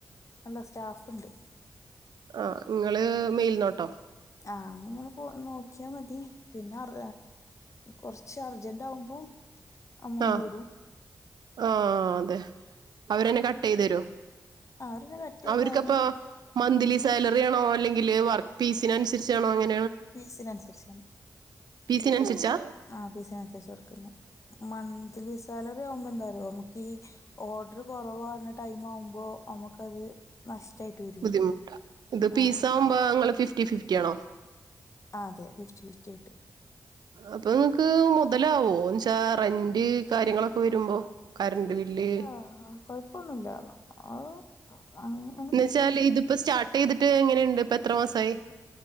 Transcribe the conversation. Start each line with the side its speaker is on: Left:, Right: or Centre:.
Left: അല്ല സ്റ്റാഫുണ്ട്
Right: ആഹ് ഇങ്ങള് മേൽനോട്ടോ
Left: ആഹ് ഇങ്ങനെ പോ നോക്കിയാൽ മതി പിന്നെ ആർ കോറച്ച് അർജൻറ് ആകുമ്പോൾ അമ്മൻ
Right: ആഹ്
Left: കൂടും
Right: ആഹ് അതെ അവരന്നെ കട്ട് ചെയ്ത് തരോ
Left: അവരെന്നെ കട്ട് ചെയ്ത്
Right: അവർക്കപ്പൊ
Left: ആരുന്നത്
Right: മന്ത്ലി സാലറി ആണോ അല്ലെങ്കിൽ വർക്ക് പീസിനനുസരിച്ചാണോ എങ്ങന
Left: പീസിനനുസരിച്ചാണ്
Right: പീസിനനുസരിച്ചാ
Left: ആഹ് പീസിനുസരിച്ച കൊടുക്കുന്നെ മന്ത്ലി സാലറി ആവുമ്പോ എന്താ അറിയോ നമ്മക്ക് ഈ ഓർഡർ കൊറവാക്ന്ന ടൈം ആവുമ്പോ നമ്മക്കത് നഷ്ട്ടായിട്ട് വരും
Right: ബുദ്ധിമുട്ടാ ഇത് പീസ്സാവുമ്പോ
Left: ആ
Right: നിങ്ങള് ഫിഫ്റ്റി ഫിഫ്റ്റി ആണോ
Left: ആഹ് അതെ ഫിഫ്റ്റി ഫിഫ്റ്റി ആയിട്ട്
Right: അപ്പൊ നിങ്ങക്ക് മുതലാവോ എന്നച്ചാ റെന്റ് കാര്യങ്ങളൊക്കെ വരുമ്പോ കറണ്ട് ബില്ല്
Left: ഇല്ല കൊഴപ്പൊന്നുല്ല അത്അങ്ങ്
Right: എന്ന് വെച്ചാൽ ഇതിപ്പോ സ്റ്റാർട്ട് ചെയ്തിട്ട് എങ്ങനെയുണ്ട് ഇപ്പൊ എത്ര മാസായി